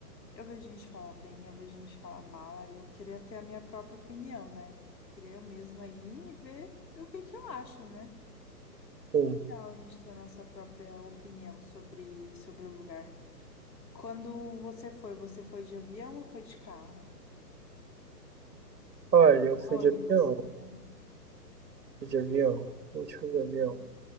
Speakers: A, on the left; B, on the right.
A: Eu vejo gente falar bem, eu vejo gente falar mal, aí eu queria ter a minha própria opinião, né? Queria eu mesma ir e ver o que que eu acho, né?
B: Sim.
A: Legal a gente ter a nossa própria opinião sobre sobre o lugar. Quando você foi, você foi de avião ou foi de carro?
B: Olha,
A: Ou de
B: eu fui
A: ônibus,
B: de avião,
A: né?
B: fui de avião, a gente foi
A: Deixa
B: de avião.
A: eu ver.